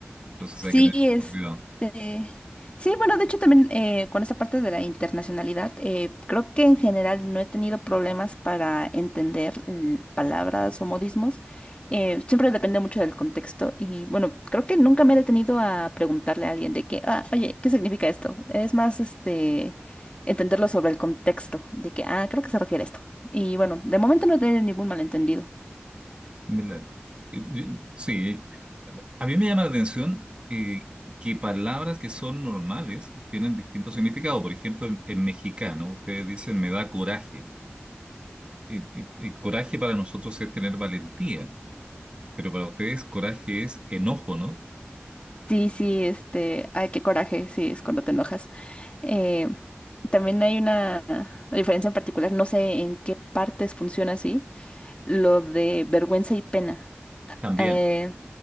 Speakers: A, on the right; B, on the left.
A: Entonces
B: Sí,
A: hay que tener
B: este,
A: mucho cuidado.
B: sí, bueno, de hecho también eh, con esa parte de la internacionalidad, eh, creo que en general no he tenido problemas para entender mm, palabras o modismos. Eh, siempre depende mucho del contexto y bueno, creo que nunca me he detenido a preguntarle a alguien de que, ah, oye, ¿qué significa esto? Es más, este, entenderlo sobre el contexto, de que, ah, creo que se refiere a esto. Y bueno, de momento no he tenido ningún malentendido.
A: Mira, eh, eh, Sí, a mí me llama la atención eh, que palabras que son normales tienen distinto significado. Por ejemplo, en, en mexicano, ustedes dicen me da coraje. Eh, eh, eh, coraje para nosotros es tener valentía, pero para ustedes coraje es enojo, ¿no?
B: Sí, sí, este, ay, qué coraje, sí, es cuando te enojas. Eh, también hay una diferencia en particular, no sé en qué partes funciona así, lo de vergüenza y pena.
A: También.
B: Eh,